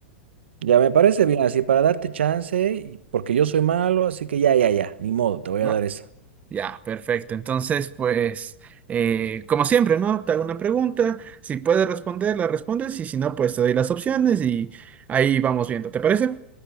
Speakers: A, on the right (about 85°); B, on the right (about 25°).
A: Ya me parece bien, así, para darte chance, y- porque yo soy malo, así que ya, ya, ya, ni modo, te voy a
B: ¿Va?
A: dar esa.
B: Ya, perfecto. Entonces, pues, eh, como siempre, ¿no? Te hago una pregunta. Si puedes responder, la respondes. Y si no, pues te doy las opciones y ahí vamos viendo. ¿Te parece?